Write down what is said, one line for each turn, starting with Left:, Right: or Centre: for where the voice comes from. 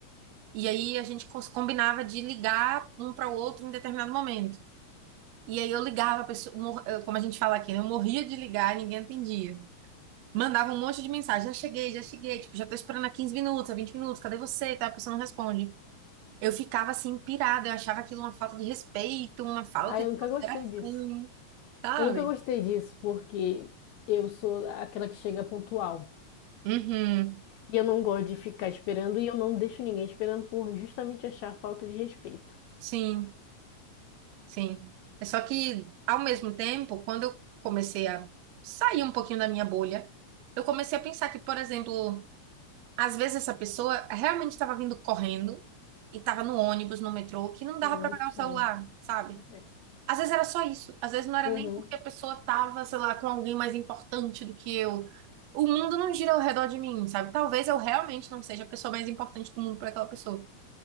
Right: e aí a gente cons- combinava de ligar um para o outro em determinado momento. E aí eu ligava a pessoa, mor- eu- como a gente fala aqui, né? Eu morria de ligar e ninguém atendia. Mandava um monte de mensagem, já cheguei, já cheguei, tipo, já tô esperando há 15 minutos, há 20 minutos, cadê você? E tal, a pessoa não responde. Eu ficava assim, pirada, eu achava aquilo uma falta de respeito, uma falta
Left: Ah, eu
Right: de
Left: nunca
Right: consideração,
Left: gostei disso.
Right: sabe?
Left: Eu nunca gostei disso, porque eu sou aquela que chega pontual.
Right: Uhum.
Left: E eu não gosto de ficar esperando e eu não deixo ninguém esperando por justamente achar falta de respeito.
Right: Sim, sim. É só que, ao mesmo tempo, quando eu comecei a sair um pouquinho da minha bolha, eu comecei a pensar que, por exemplo, às vezes essa pessoa realmente estava vindo correndo e estava no ônibus, no metrô, que não dava
Left: Não
Right: para pegar
Left: sei.
Right: o celular, sabe?
Left: É.
Right: Às vezes era só isso. Às vezes não era
Left: Uhum.
Right: nem porque a pessoa estava, sei lá, com alguém mais importante do que eu. O mundo não gira ao redor de mim, sabe? Talvez eu realmente não seja a pessoa mais importante do mundo para aquela pessoa.